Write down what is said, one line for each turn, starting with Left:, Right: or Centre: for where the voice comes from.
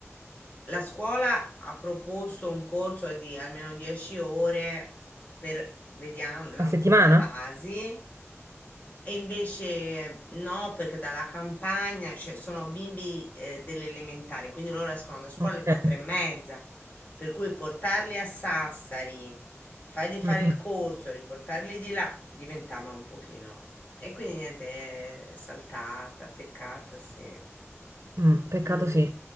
Left: La scuola ha proposto un corso di almeno 10 ore per, vediamo, no,
Right: A settimana?
Left: per le basi e invece no, perché dalla campagna, cioè sono bimbi eh, delle elementari, quindi loro escono da scuola
Right: Ok.
Left: alle quattro e mezza, per cui portarli a Sassari, fargli fare
Right: Mm, mm,
Left: il corso, riportarli di là, diventava un pochino... E quindi niente, è saltata, peccata, sì.
Right: mm. Peccato
Left: Mm.
Right: sì.